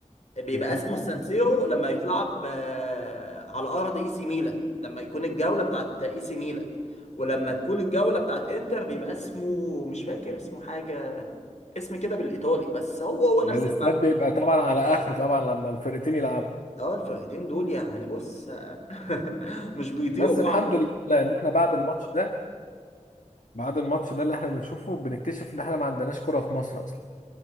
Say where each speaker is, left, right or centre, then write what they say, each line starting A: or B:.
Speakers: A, on the left; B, on the left.
A: بيبقى
B: يا دين
A: اسمه
B: ام
A: السانسيرو لما يتلعب آه، على ارض اي سي ميلان لما يكون الجوله بتاعت اي سي ميلان ولما تكون الجوله بتاعت انتر بيبقى اسمه مش فاكر اسمه حاجه اسم كده بالايطالي بس هو هو
B: ده
A: نفس
B: الاستاد
A: الملعب
B: بيبقى طبعا على اخره طبعا لما الفرقتين يلعبوا
A: اه الفرقتين دول يعني بص آه، <laughs> مش بيطيقوا
B: بس
A: بعض
B: الحمد لله ان احنا بعد الماتش ده بعد الماتش ده اللي احنا بنشوفه بنكتشف ان احنا ما عندناش كرة في مصر اصلا